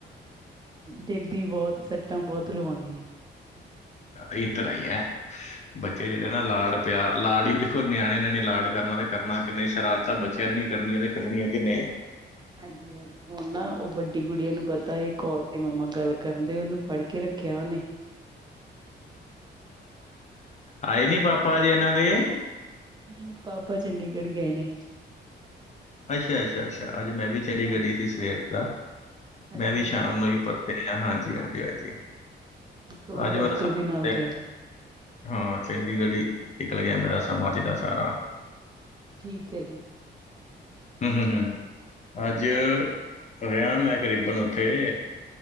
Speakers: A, on the right (about 25°); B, on the left (about 35°).
A: ਡਿਗੱਦੀ ਬਹੁਤ ਸੱਟਾਂ ਬਹੁਤ ਲਵਾਉਂਦੀ ਹੈ।
B: ਇਸ ਤਰ੍ਹਾਂ ਹੀ ਹੈ, ਬੱਚੇ
A: ਹਾਂਜੀ
B: ਜਿਹੜੇ ਨਾ ਲਾਡ ਪਿਆਰ ਲਾਡ ਹੀ ਦੇਖੋ ਨਿਆਣਿਆਂ ਨੇ ਨੀ ਲਾਡ ਕਰਨਾ ਤੇ ਕਰਨਾ ਕਿੰਨੇ ਸ਼ਰਾਰਤਾਂ ਬੱਚਿਆਂ ਨੇ ਨੀ ਕਰਨੀਆਂ ਤੇ ਕਰਨੀਆਂ ਕਿੰਨੇ।
A: ਹਾਂਜੀ-ਹਾਂਜੀ। ਹੁਣ ਨਾ ਉਹ ਵੱਡੀ ਗੁੜੀਆਂ ਨੂੰ ਪਤਾ ਇਹ ਕਾਲ ਤੇ ਮੰਮਾ ਗੱਲ ਕਰਨ ਦੇ ਉਹਨੂੰ ਫੜ ਕੇ ਰੱਖਿਆ ਉਹਨੇ।
B: ਆਏ ਨੀ ਪਾਪਾ ਜੇ ਇਹਨਾਂ ਦੇ?
A: ਨਹੀਂ ਪਾਪਾ ਚੰਡੀਗੜ੍ਹ ਗਏ ਨੇ।
B: ਅੱਛਾ-ਅੱਛਾ-ਅੱਛਾ, ਅੱਜ ਮੈਂ ਵੀ ਚੰਡੀਗੜ੍ਹ
A: ਹਾਂਜੀ
B: ਸੀ ਸਵੇਰ ਦਾ, ਮੈਂ
A: ਅੱਛਾ
B: ਵੀ
A: ਜੀ
B: ਸ਼ਾਮ ਨੂੰ ਹੀ ਪਰ ਹਾਂਜੀ, ਹਾਂਜੀ, ਹਾਂਜੀ।
A: ਉਹ
B: ਅੱਜ
A: ਡਾਕਟਰ
B: ਮੇਰਾ ਸਾਰਾ
A: ਦੇ ਨਾਲ
B: ਤੇ-
A: ਗਏ।
B: ਹਾਂ ਚੰਡੀਗੜ੍ਹ ਹੀ ਨਿਕਲ ਗਿਆ ਮੇਰਾ ਸਮਾਂ ਜਿੱਦਾਂ ਸਾਰਾ
A: ਠੀਕ ਹੈ ਜੀ
B: ਹਮ ਹਮ ਹਮ ਅੱਜ ਰਿਹਾ ਮੈਂ ਕਰੀਬਨ ਉੱਥੇ